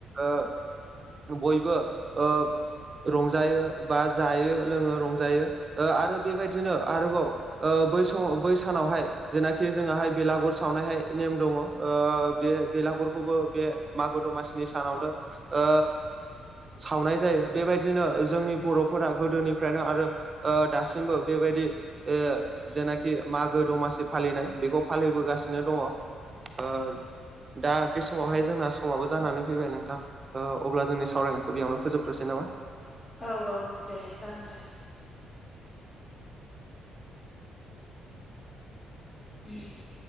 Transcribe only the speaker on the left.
औ औ दे जागोन दे। <inaudible>